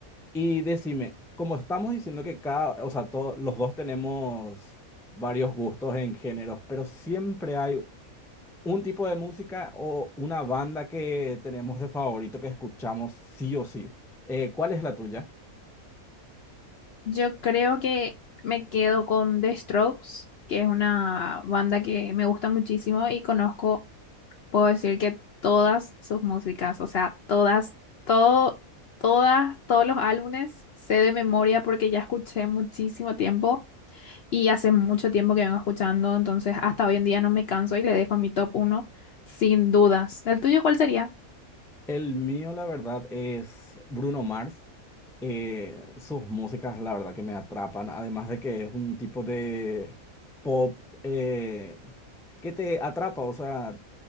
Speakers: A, in the centre; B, on the left (about 60°).
A: Y decime, como estamos diciendo que cada, o sea, to- los dos tenemos varios gustos en géneros, pero siempre hay un tipo de música o una banda que tenemos de favorito que escuchamos sí o sí. Eh, ¿cuál es la tuya?
B: Yo creo que me quedo con The Strokes, que es una banda que me gusta muchísimo y conozco, puedo decir que todas sus músicas, o sea, todas, todo, todas, todos los álbumes sé de memoria porque ya escuché muchísimo tiempo y hace mucho tiempo que vengo escuchando, entonces hasta hoy en día no me canso y le dejo en mi top uno sin dudas. ¿El tuyo cuál sería?
A: El mío, la verdad, es Bruno Mars. Eh, sus músicas, la verdad, que me atrapan. Además de que es un tipo de pop eh, que te atrapa, o sea,